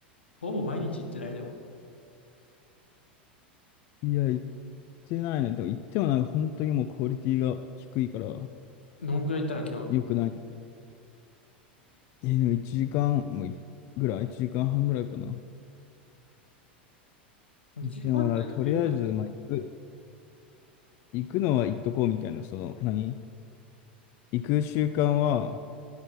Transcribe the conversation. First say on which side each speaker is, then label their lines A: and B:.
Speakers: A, on the left (about 85°); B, on the left (about 50°).
A: ほぼ毎日行ってない、でも。
B: いや、言ってないね。でも言ってもなんか本当にもうクオリティが低いから
A: どんくらい行ったの、今日。
B: 良くないね。え、でも1時間もいぐらい、1時間半ぐらいかな。
A: 1時間くらい十分。
B: でもなんかとりあえず、まあ、行く、行くのは行っとこうみたいな、その、何行く習慣は、